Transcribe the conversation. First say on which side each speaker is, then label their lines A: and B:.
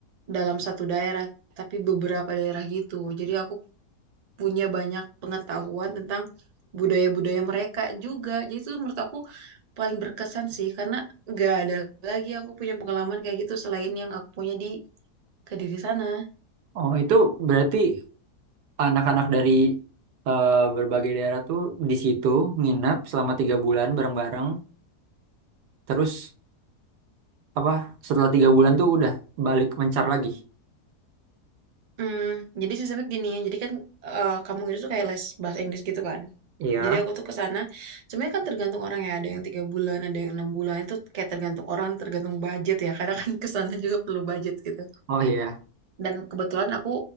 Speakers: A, on the right; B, on the right.
A: dalam satu daerah, tapi beberapa daerah gitu. Jadi aku punya banyak pengetahuan tentang budaya-budaya mereka juga. Jadi itu menurut aku paling berkesan sih, karena gak ada lagi aku punya pengalaman kayak gitu selain yang aku punya di Kediri sana.
B: oh itu berarti anak-anak dari eh, berbagai daerah tuh di situ nginap selama tiga bulan bareng-bareng. Terus apa? Setelah tiga bulan tuh udah balik mencar lagi.
A: Hmm, jadi sistemnya gini ya, jadi kan eh, kamu itu kayak les bahasa Inggris gitu kan.
B: Iya.
A: Jadi aku tuh ke sana, sebenarnya kan tergantung orang ya, ada yang tiga bulan, ada yang enam bulan, itu kayak tergantung orang, tergantung budget ya, <laughs> karena kan ke sana juga perlu budget gitu.
B: Oh iya,
A: Dan kebetulan aku